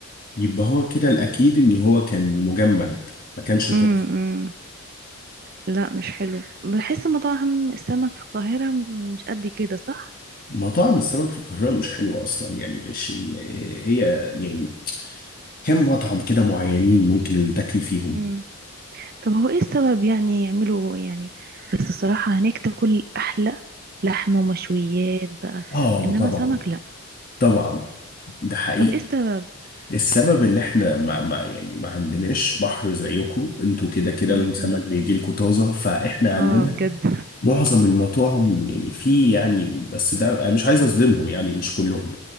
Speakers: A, on the left; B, on the right.
A: يبقى هو كده الأكيد إن هو كان مجمد ما كانش طازه
B: امم لا مش حلو بحس مطاعم السمك في القاهره مش قد كده صح
A: مطاعم السمك في القاهرة مش حلوة أصلا يعني مش ال- هي يعني كم مطعم كده معينين ممكن اللي تاكلي فيهم
B: امم طب هو ايه السبب يعني يعملوا يعني بس الصراحه هناك تاكل احلى لحمه ومشويات بقى
A: آه
B: انما
A: طبعا
B: سمك لا
A: طبعا ده حقيقي
B: طب ايه السبب
A: السبب ان احنا ما, ما يعني ما عندناش بحر زيكم انتوا كده كده
B: امم
A: السمك بيجي لكم طازه فاحنا عندنا
B: اه بجد
A: معظم المطاعم يعني في يعني بس ده أنا مش عايز اظلمهم يعني مش كلهم